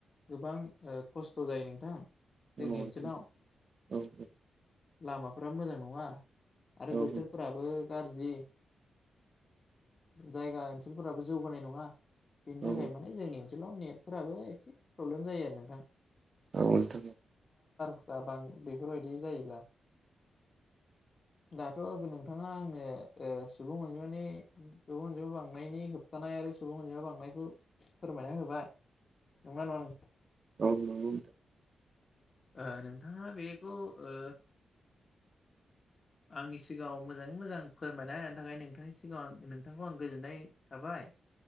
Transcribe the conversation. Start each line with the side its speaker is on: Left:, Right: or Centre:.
Left: गोबां ओ खस्थ' जायो नोंथां
Right: औ
Left: जोंनि ओनसोलाव
Right: औ
Left: लामाफोरा मोजां नङा आरो बोथोरफोराबो
Right: औ
Left: गारजि जायगा ओनसोलफोराबो जौगानाय नङा बेनि
Right: औ
Left: थाखाय
Right: नोंथां
Left: माने जोंनि ओनसोलाव नेटफोराबो एसे प्रब्लेम जायो आरो नोंथां
Right: औ औ नोंथां
Left: बा बां बेफोरबायदि जायोब्ला दाथ' नोंथाङा आंनो ओ सुबुं अनजिमानि सुबुं अनिमा बांनायनि होब थानाय आरो सुबुं अनजिया बांनायखौ फोरमायना होबाय नंगौना नङा
Right: औ नंगौ
Left: ओ नोंथाङा बेखौ ओ आंनि सिगाङाव मोजाङै मोजां फोरमायना होनायनि थाखाय नोंथांनि सिगाङाव आं नोंथांखौ आं गोजोननाय थाबाय।